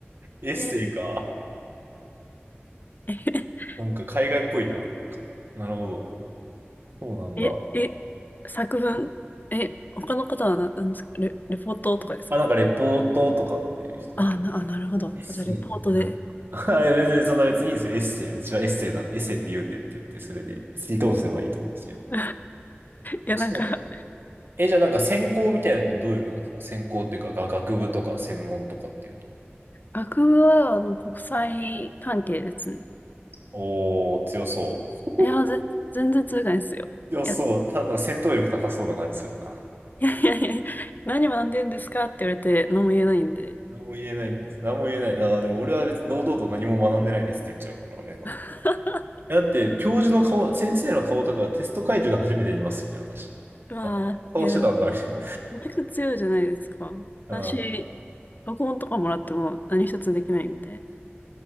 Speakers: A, on the right; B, on the left.
A: エッセイか。
B: イェイ <laughs>
A: なんか海外っぽいな。なるほど。そうなんだ。
B: え、え、作文、え、他の方はななんですかレ、レポートとかですか
A: あ、なんかレポートとかっていう人だね。
B: あ、な、あ、なるほど。
A: エッセイってなんか。
B: あじゃあ、レポートで。
A: <laughs> はい、全然そんな別にいいんですよ。エッセイ。うちはエッセイなんで、エッセイって言うんでって言って、それで、追通せばいいと思うんですけど。
B: <laughs> いや、
A: そう
B: なんか、
A: え、じゃあなんか専攻みたいなのでどういうのなんですか専攻っていうか、が学部とか専門とかっていうと。
B: 学部は、あの、国際関係ですね。
A: おー、強そう。
B: いや、ぜ、全然通外ですよ。
A: 強そう。
B: いや、
A: ただ、なんか戦闘力高そうな感じするな。
B: いやいやいや、何学んでんですかって言われて、何も言えないんで。
A: 何も言えない。何も言えない。ああ、でも俺は別に堂々と何も学んでないですって言っちゃうから、あれな。
B: <laughs>
A: だって、教授の顔、先生の顔とかはテスト会場で初めて見ますね、私。
B: まあ、
A: あ、顔してたんだ、
B: いや、でも
A: みたい
B: めちゃくちゃ強いじゃないですか。
A: な。
B: 私、
A: <laughs> うん。い
B: 録音とかもらっても何一つできないんで。